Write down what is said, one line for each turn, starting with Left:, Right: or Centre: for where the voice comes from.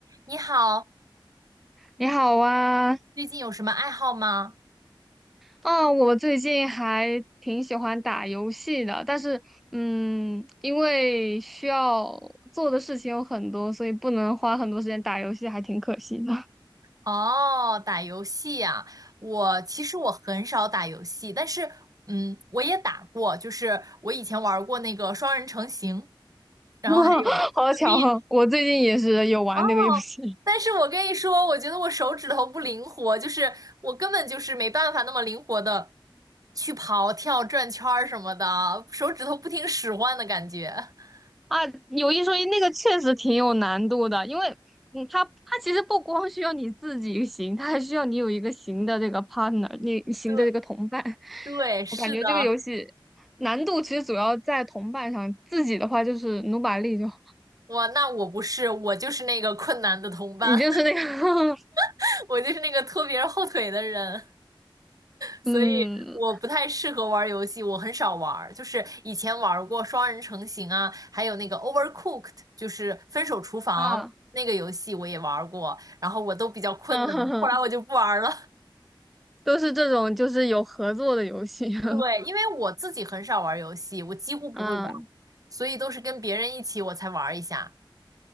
Right: 你好，
Centre: 你好啊，
Right: 最近有什么爱好吗？
Centre: 啊，我最近还挺喜欢打游戏的，但是，嗯，因为需要做的事情有很多，所以不能花很多时间打游戏，还挺可惜的。
Right: 哦，打游戏呀，我其实我很少打游戏，但是嗯，我也打过，就是我以前玩过那个双人成行，然后还有
Centre: <laughs> 好巧啊，
Right: Switch。
Centre: 我最近也是有玩那个游戏。
Right: 哦，但是我跟你说，我觉得我手指头不灵活，就是我根本就是没办法那么灵活的去跑、跳、转圈儿什么的，手指头不听使唤的感觉。<laughs>
Centre: 啊，有一说一，那个确实挺有难度的，因为嗯，它它其实不光需要你自己行，它还需要你有一个行的这个 partner，你行的这个同伴。
Right: 对
Centre: <laughs>
Right: 对，是的。
Centre: 我感觉这个游戏难度其实主要在同伴上，自己的话就是努把力就好，
Right: 哇，那我不是，我就是那个困难的同伴，
Centre: 你就是那个 <laughs>
Right: <laughs> 我就是那个拖别人后腿的人，所以我不太适合玩游戏，
Centre: 嗯
Right: 我很少玩儿就是以前玩过双人成行啊，还有那个 Overcooked，就是分手厨房那个游戏我也玩过，
Centre: 啊
Right: 然后我都比较困难，
Centre: 嗯哼哼，
Right: 后来我就不玩儿了。<laughs>
Centre: <laughs> 都是这种就是有合作的游戏。<laughs>
Right: 对，因为我自己很少玩游戏，我几乎不会玩
Centre: 嗯
Right: 所以都是跟别人一起我才玩一下。